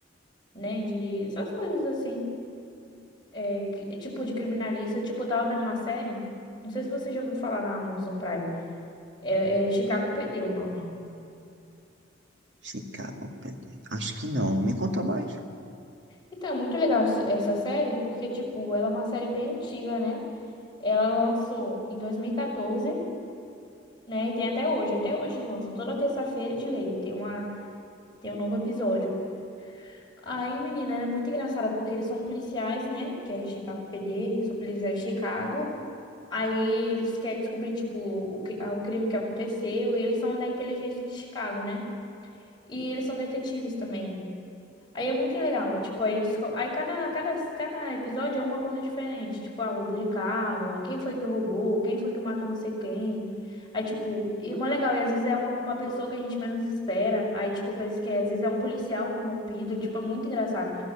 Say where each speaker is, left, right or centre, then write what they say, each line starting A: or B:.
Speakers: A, on the left; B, on the right.
A: né? De essas coisas assim. é, que- é tipo de criminalista. Tipo, eu tava vendo uma série. Não sei se você já ouviu falar na Amazon Prime. É, é Chicago PD o nome.
B: Chicago Bad. Acho que não. Me conta mais.
A: Então, é muito legal esse- essa série, porque, tipo, ela é uma série bem antiga, né? Ela lançou em 2014, né? E tem até hoje. Até hoje lança. Toda terça-feira de lei. Tem uma, tem um novo episódio. Aí, menina, era muito engraçada porque eles são policiais, né? Que é Chicago PD, são policiais de Chicago. Aí eles querem descobrir, tipo, o, cri- ah, o crime que aconteceu. E eles são da inteligência de Chicago, né? E eles são detetives também. Aí é muito legal, ó, tipo, aí, desco- aí cada, cada, cada episódio é uma coisa diferente, tipo, ah, roubo de carro, ah, quem foi que roubou, quem foi que matou não sei quem, aí, tipo, e é mó legal, e às vezes é uma, uma pessoa que a gente menos espera, aí, tipo, pensa que é, às vezes é um policial corrompido, tipo, é muito engraçado,